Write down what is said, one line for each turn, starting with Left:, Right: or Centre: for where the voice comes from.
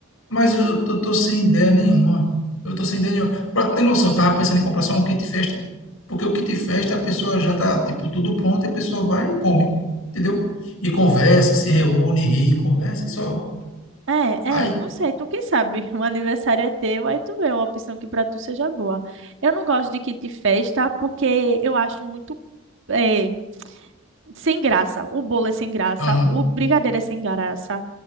Left: mas eu, eu tô sem ideia nenhuma. Eu tô sem ideia nenhuma. Pra ter noção, eu tava pensando em comprar só um kit festa, porque o kit festa a pessoa já tá, tipo, tudo pronto e a pessoa vai e come, entendeu? E conversa, se reúne, ri, conversa e só.
Right: É,
Left: Aí,
Right: é, não sei, tu que sabe, <laughs> o aniversário é teu, aí tu vê uma opção que pra tu seja boa. Eu não gosto de kit festa porque eu acho muito eh, sem graça. O bolo é sem graça,
Left: aham,
Right: o brigadeiro é sem graça,